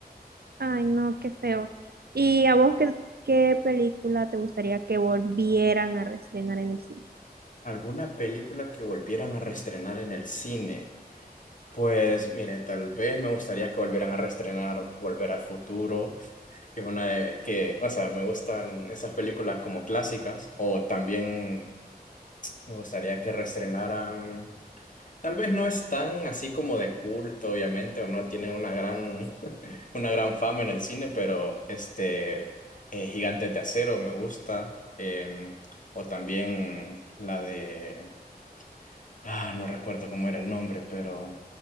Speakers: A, on the right; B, on the left.
A: Ay, no, qué feo. ¿Y a vos qué, qué película te gustaría que volvieran a reestrenar en el cine?
B: ¿Alguna película que volvieran a reestrenar en el cine? Pues miren, tal vez me gustaría que volvieran a reestrenar Volver al Futuro, que es una de, que, o sea, me gustan esas películas como clásicas, o también me gustaría que reestrenaran, tal vez no es tan así como de culto, obviamente, o no tiene una gran, <laughs> una gran fama en el cine, pero este, eh, Gigantes de Acero me gusta, em, o también la de Ah, no recuerdo cómo era el nombre, pero